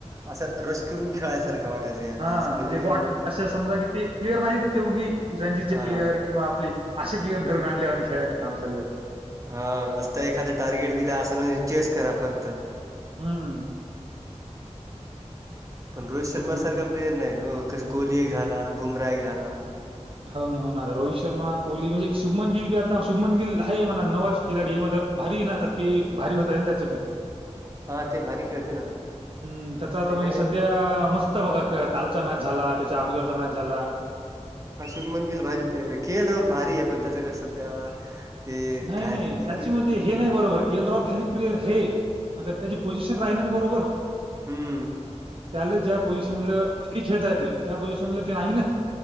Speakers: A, on the right (about 30°); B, on the right (about 50°).
A: असं रश करून खेळायसारखं वाटायला यांना
B: हा
A: असं म्हणजे
B: बॉट अशा समजा की ते प्लेयर नाही तर ते उगु रणजीचे
A: हा
B: प्लेयर. किंवा आपली अशी प्लेयर धरून आणल्या आणि खेळांलय काम चालू आहे
A: हा नसत एखादा टार्गेट दिला असं म्ह <unintelligible> चेस करा फक्त
B: हम्म
A: पण रोहित शर्मा
B: हो ना,
A: सारखा प्लेयर नाही ना हो कसं कोहली एक झाला, बुमराह एक झाला
B: हो ना हो ना आता रोहित शर्मा, कोहली म्हणजे शुभमन गिल, बी आता शुभमन गिल आहे म्हणा नवाच खिलाडी आहे. <unintelligible> भारी ना आता ती भारी होत त्याचं बी
A: हा ते भारी खेळते ना
B: हं, त्याचा
A: अस
B: आता म्हणजे
A: का <unintelligible>
B: मस्त बघा कालचा मॅच झाला त्याच्या अगोदरचा मॅच झाला
A: हा शुभमन गिल भारी प्लेयर आहे के एल भारी आहे पण त्याच्या काय सध्या ते
B: नाही,
A: काय
B: नाही
A: झाल
B: त्याची
A: की <unintelligible>
B: म्हणजे
A: बंद
B: हे नाही बरोबर
A: <unintelligible>
B: के एल भारी प्लेयर हे म्र <unintelligible> त्याची पोझिशन राहिना ना बरोबर.
A: हम्म.
B: त्याला ज्या पोझिशनला भारी खेळता येतय. त्या पोझिशनला ते नाही ना?